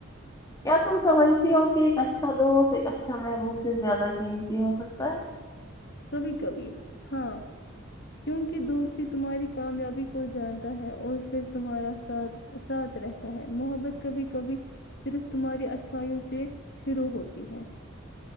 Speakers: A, on the left; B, on the left.
A: کیا تم سمجھتی ہو کہ ایک اچھا دوست ایک اچھا محبوب سے زیادہ قیمتی ہو سکتا ہے
B: کبھی کبھی ہاں کیونکہ دوستی تمہاری کامیابی کو جانتا ہے اور پھر تمہارا ساتھ ساتھ رہتا ہے محبت کبھی کبھی صرف تمہاری اچھائیوں سے شروع ہوتی ہے